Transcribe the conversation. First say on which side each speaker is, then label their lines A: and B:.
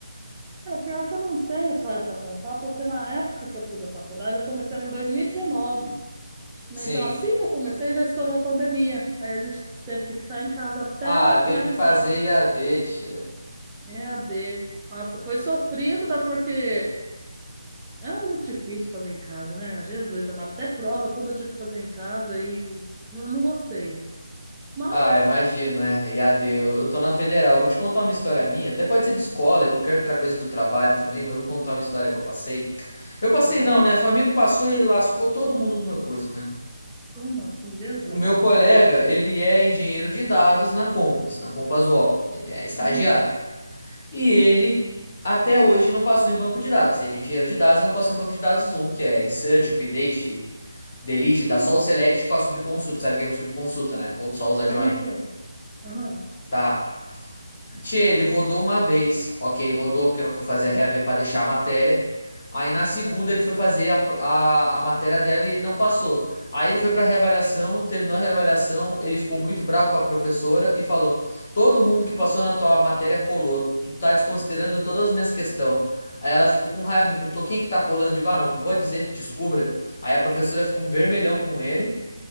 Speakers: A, on the right (about 15°); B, on the left (about 35°).
A: Cara, pior que eu não tenho história para contar, porque na época que eu fiz a faculdade, eu comecei ela em 2019.
B: Sim.
A: né? Então, assim que eu comecei, já estourou a pandemia. Aí a gente teve que ficar em casa até
B: Ah,
A: eu finalizar.
B: teve que fazer IAD, tchê.
A: É a d Nossa, foi sofrido, né? Porque é muito difícil fazer em casa, né? Jesus amado, até prova tudo eu tive que fazer em casa e eu não gostei. Mas,
B: Ah, imagino, é. IAD, eu, eu tô na federal. Eu vou te contar uma história minha. Até pode ser de escola
A: é,
B: e qualquer outra coisa do trabalho também, mas eu vou contar uma história que eu passei. Eu passei
A: é.
B: não, né? Foi um amigo que passou e ele lascou todo mundo do meu curso, né?
A: como assim, Jesus?
B: O meu colega, ele é engenheiro de dados na Compass, na Compass UOL. Ele é estagiário.
A: Hum,
B: E ele até hoje não passou em banco de dados. Ele é engenheiro de dados e não passou em banco de dados um, que é insert, update, delete,
A: hum.
B: dá só o select com a subconsulta. Sabe o que é subconsulta, né? Ou só usa join.
A: Aham, sei. Aham,
B: Tá, Tchê, ele rodou uma vez. Ok, rodou porque não foi fazer a reaver pra deixar a matéria. Aí na segunda
A: aham,
B: ele foi fazer a, a, a matéria dela e ele não passou. Aí ele foi pra reavaliação, terminou a reavaliação, ele ficou muito bravo com a professora e falou: Todo mundo que passou na tua matéria colou. Tu tá desconsiderando todas as minhas questões. Aí ela ficou com raiva, me perguntou quem que tá colando. Eu Digo, ah, não, vou dizer, descubra. Aí a professora ficou um vermelhão com ele